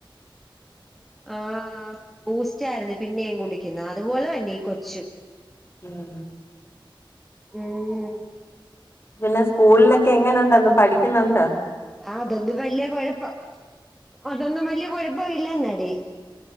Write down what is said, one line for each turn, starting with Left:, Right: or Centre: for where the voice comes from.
Centre: ആഹ് ബൂസ്റ്റായിരുന്നു പിന്നെയും കുടിക്കുന്നത് അതുപോലെതെന്നെ ഈ കൊച്ച്
Left: ഉമ്
Centre: ഉം
Left: പിന്നെ സ്കൂളിലൊക്കെ എങ്ങനെയുണ്ടന്ന് പഠിക്കൊന്നുണ്ടോ?
Centre: ആ അതൊന്തു വല്യ കൊഴപ്പം അതൊന്നും വല്ല്യാ കൊഴപ്പംഇല്ലെന്നെടി.